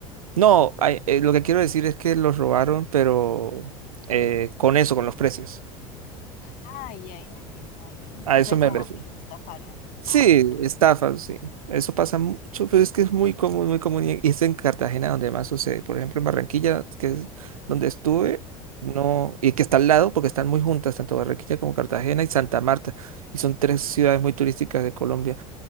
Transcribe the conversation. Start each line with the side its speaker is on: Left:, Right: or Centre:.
Right: No, ay, eh, lo que quiero decir es que los robaron, pero eh, con eso, con los precios.
Left: Ah, ya, ya, entiendo, ah, ya, ya.
Right: A
Left: O
Right: eso
Left: sea,
Right: me
Left: como
Right: refiero.
Left: que los estafaron.
Right: Sí,
Left: Ah, ya.
Right: estafas, sí. Eso pasa mucho, pero es que es muy común, muy común. Y es en Cartagena donde más sucede. Por ejemplo, en Barranquilla, que es donde estuve, no, y que está al lado, porque están muy juntas, tanto Barranquilla como Cartagena y Santa Marta. Y son tres ciudades muy turísticas de Colombia.